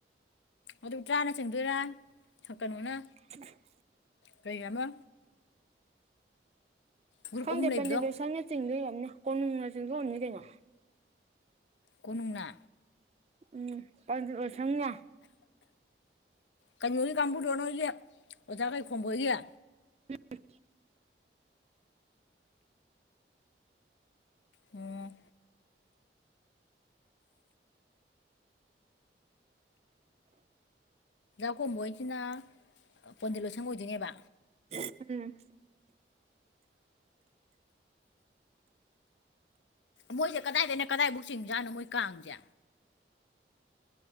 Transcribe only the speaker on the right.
<inaudible>
ꯈꯪꯗꯦ
ꯄꯟꯗꯤꯠ ꯂꯣꯏꯁꯪꯅ ꯆꯤꯡꯗꯣ ꯌꯣꯝꯅꯤ ꯀꯣꯅꯨꯡꯅ ꯆꯤꯡꯗ ꯌꯝꯅꯤ ꯀꯩꯅꯣ
ꯎꯝ ꯄꯥꯟꯖꯂꯣ ꯁꯪꯉꯣ
ꯎꯝ
ꯎꯝ